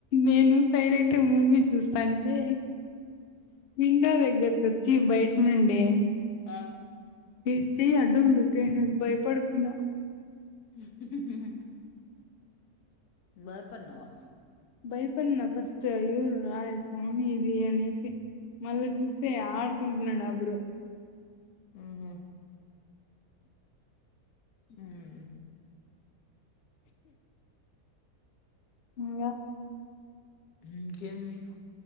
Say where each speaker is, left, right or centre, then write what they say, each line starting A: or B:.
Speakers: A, on the left; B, on the left.
A: నేను సైలెంట్గా మూవీ చూస్తాన్టే విండో దగ్గరక్ కొచ్చి బయట నుండి
B: హ
A: ఏయ్ చెయ్ అడ్డంబెట్టిండు బయపడిపోయ్న
B: ఉహు ఉహు భయపడ్నవ
A: బాయ్పన్నా ఫస్ట్ ఎవుర్రా యి స్వామి ఇది అనేసి మళ్ళా చూసే ఆడుకుంటున్నాడు ఆ బ్రో
B: ఉహు ఉమ్
A: ఇంగ
B: ఇంకేంది